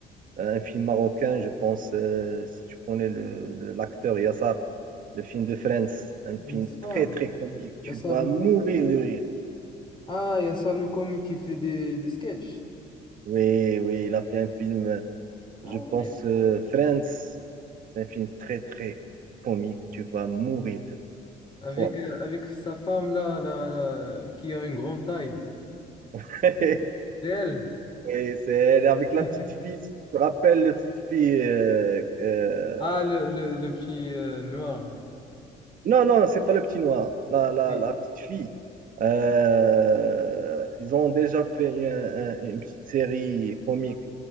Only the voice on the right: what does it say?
un film marocain, je pense, euh, si tu connais le, le- l'acteur Yassar, le film de Friends, un film
très, très comique. Tu
vas
mourir de rire.
Oui, oui, il a fait un film. euh, Je
pense euh, Friends, c'est un film très très comique. Tu vas mourir de,
crois-moi.
<laughs>
Et c'est avec la
petite fille. Si Tu te rappelles la petite fille euh, euh,
Non, non, c'est pas le petit noir. La, la,
la petite fille. Euh,
ils ont déjà fait une, un- une petite série comique.